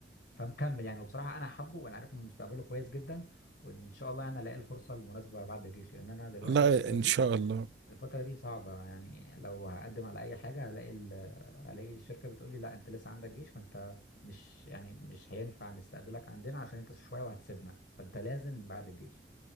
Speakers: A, on the left; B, on the right.
A: فمكمل يعني وبصراحة أنا حابه وأنا عارف إن مستقبله كويس جدا وإن شاء الله أنا ألاقي الفرصة المناسبة بعد الجيش لأن أنا دلوقتي
B: لا
A: الفترة
B: ان
A: دي
B: شاء الله
A: الفترة دي صعبة يعني لو هقدم على أي حاجة هلاقي ال... هلاقي الشركة بتقول لي لا أنت لسه عندك جيش فأنت مش يعني مش هينفع نستقبلك عندنا عشان أنت شوية وهتسيبنا فأنت لازم بعد الجيش